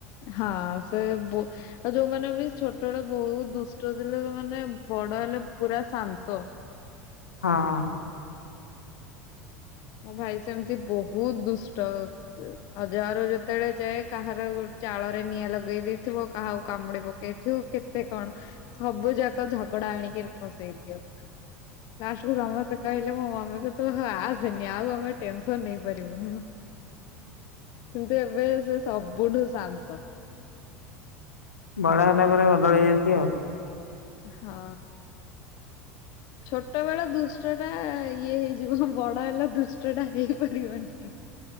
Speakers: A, on the left; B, on the left.
A: ହଁ ସେ ବୁ ଆଉ ଯୋଉମାନେ ବି ଛୋଟବେଳେ ବୋହୁତ ଦୁଷ୍ଟ ଥିଲେ ମାନେ ବଡ ହେଲେ ପୁରା ଶାନ୍ତ।
B: ହଁ।
A: ମୋ ଭାଇ ସେମିତି ବୋହୁତ ଦୁଷ୍ଟ। ଅଜା ଘରୁକୁ ଯେତେବେଳେ ଯାଏ କାହାର ଚାଳରେ ନିଆଁ ଲଗେଇ ଦେଇଥିବ କାହାକୁ କାମୁଡି ପକେଇଥିବ କେତେ କଣ ସବୁ ଯାକ ଝଗଡା ଆଣିକି <unintelligible> ଲାଷ୍ଟ କୁ ସମସ୍ତେ କହିଲେ ମୋ ମମିକୁ ତୁ ଆଉ ଆସ ସେନି ଆଉ ଆମେ ଟେନସନ ନେଇପାରିବୁନୁ କିନ୍ତୁ ଏବେ ସେ ସବୁଠୁ ଶାନ୍ତ।
B: ବଡ ହେଲା ପରେ ବଦଳ ହେଯାଆନ୍ତି ଆଉ।
A: ହଁ। ଛୋଟ ବେଳ ଦୁଷ୍ଟ ଟା ଇଏ ହେଇଯିବ ବଡ ହେଲା ଦୁଷ୍ଟ ଟା ହେଇପାରିବନି।